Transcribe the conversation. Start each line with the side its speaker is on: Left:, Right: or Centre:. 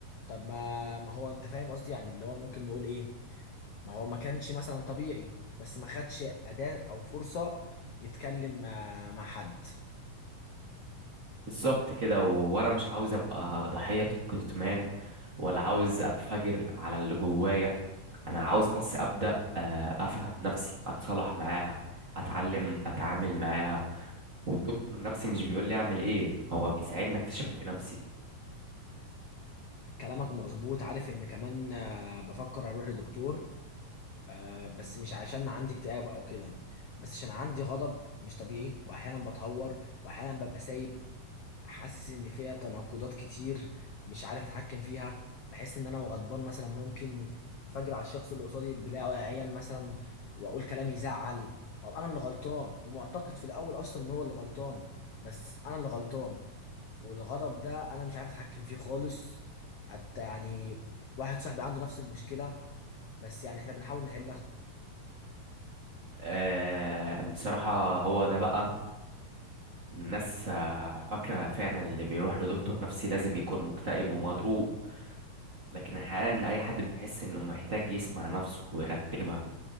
Left: طب ما ما هو انت فاهم قصدي يعني اللي هو ممكن نقول ايه ما هو ما كانش مثلا طبيعي بس ما خدش أداة او فرصة يتكلم آه، مع حد
Right: بالظبط كده وانا مش عاوز ابقى ضحية الكتمان ولا عاوز انفجر على اللي جوايا انا عاوز بس ابدا آه، افهم نفسي اتصالح معاها اتعلم اتعامل معاها والدكتور النفسي مش بيقول لي اعمل ايه هو بيساعدني اكتشف بنفسي
Left: كلامك مظبوط عارف ان كمان آه، بفكر اروح لدكتور آه بس مش عشان عندي اكتئاب او كده بس عشان عندي غضب مش طبيعي واحيانا بتهور واحيانا ببقى سايب حاسس ان فيها تناقضات كتير مش عارف اتحكم فيها بحس ان انا وغضبان مثلا ممكن انفجر على الشخص اللي قصادي بلا واعيا مثلا واقول كلام يزعل وابقى انا اللي غلطان ومعتقد في الاول اصلا ان هو اللي غلطان بس انا اللي غلطان والغضب ده انا مش عارف اتحكم فيه خالص حتى يعني واحد صاحبي عنده نفس المشكلة بس يعني احنا بنحاول نحلها
Right: آه، بصراحة هو ده بقى الناس آه، فاكرة فعلا اللي بيروح لدكتور نفسي لازم يكون مكتئب ومضروب لكن الحقيقة ان اي حد بيحس انه محتاج يسمع نفسه ويرتبها